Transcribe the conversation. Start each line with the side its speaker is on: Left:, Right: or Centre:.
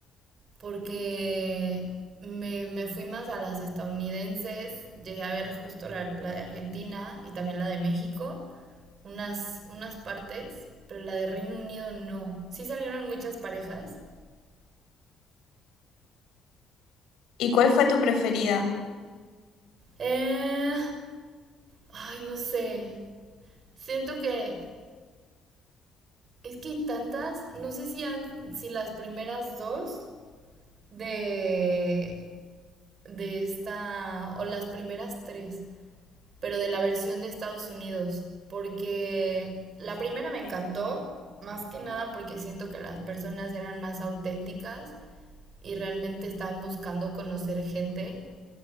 Right: porque me, me fui más a las estadounidenses, llegué a ver justo la, la de Argentina y también la de México, unas, unas partes, pero la de Reino Unido no. Sí salieron muchas parejas.
Left: ¿Y cuál fue tu preferida?
Right: Eh, ay, no sé. Siento que es que hay tantas, no sé si, han- si las primeras dos de, de esta, o las primeras tres, pero de la versión de Estados Unidos, porque la primera me encantó, más que nada porque siento que las personas eran más auténticas y realmente estaban buscando conocer gente.